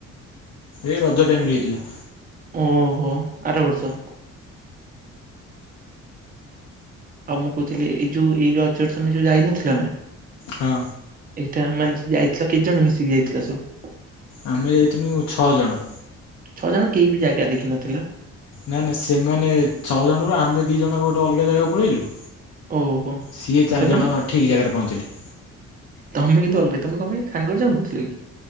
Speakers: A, on the left (about 60°); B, on the right (about 30°).
A: ଏ ରଜ ଟାଇମରେ ହେଇଥିଲା।
B: ଓ ହୋ ଆରବର୍ଷ। ଆଉ ମୁଁ କହୁଥିଲି ଏଇ ଯୋଉ ଏଇ ରଜରେ ତମେ ଯୋଉ ଯାଇନଥିଲ ନା।
A: ହଁ।
B: ଏଇଟା ମାନେ ସେ ଯାଇଥିଲ, କେତେ ଜଣ ମିଶିକି ଯାଇଥିଲ ସବୁ?
A: ଆମେ ଯାଇଥିଲୁ ଛଅ ଜଣ।
B: ଛଅ ଜଣ କେହି ବି ଜାଗା ଦେଖିନଥିଲ।
A: ନା ନା ସେମାନେ ଛଅ ଜଣରୁ ଆମେ ଦି ଜଣଙ୍କ ଗୋଟେ ଅଲଗା ଜାଗାକୁ ପଳେଇଲୁ।
B: ଓହୋ
A: ସିଏ
B: ଆଉ
A: ଚାରିଜଣ
B: ସେମାନେ
A: ଠିକ୍ ଜାଗାରେ ପହଞ୍ଚିଲେ।
B: ତମେ କିନ୍ତୁ ଅଲଗା ତମେ କଣ ପାଇଁ ସାଙ୍ଗରେ ଯାଉନଥିଲ କି?